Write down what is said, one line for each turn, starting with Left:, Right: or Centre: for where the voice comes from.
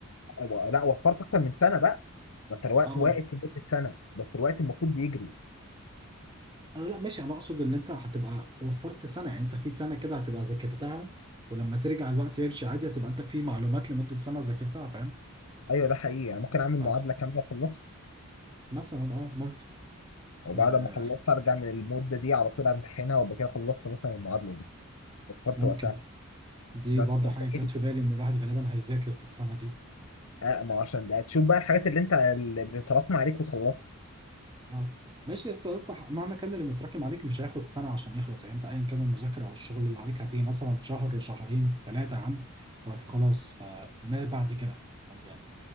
Left: أو- لا وفرت اكتر من سنه بقى ما انت الوقت
Right: اه ما
Left: واقف في مده سنه بس الوقت المفروض بيجري
Right: آه لا ماشي انا اقصد ان انت هتبقى وفرت سنه يعني انت في سنه كده هتبقى ذاكرتها ولما ترجع الوقت يمشي عادي هتبقى انت في معلومات لمده سنه ذاكرتها فاهم
Left: ايوه ده حقيقي يعني ممكن اعمل
Right: اه
Left: معادله كامله اخلصها
Right: مثلا اه ممكن
Left: وبعد
Right: آه
Left: ما اخلصها ارجع من المده دي على طول امتحنها وابقى كده خلصت مثلا المعادله دي وفرت
Right: ممكن
Left: وقتها
Right: دي
Left: بس
Right: برضه
Left: انت
Right: حاجه جت
Left: ايه
Right: في بالي ان الواحد غالبا هيذاكر في السنه دي
Left: آه ما هو عشان ده تشوف بقى الحاجات اللي انت اللي بتتراكم عليك وتخلصها
Right: اه ماشي يا اسطى يا اسطى مهما كان اللي متراكم عليك مش هياخد سنه عشان يخلص يعني انت ايا كان المذاكره او الشغل اللي عليك هتيجي مثلا شهر شهرين ثلاثه يا عم وهت- خلاص فما بعد كده طب يعني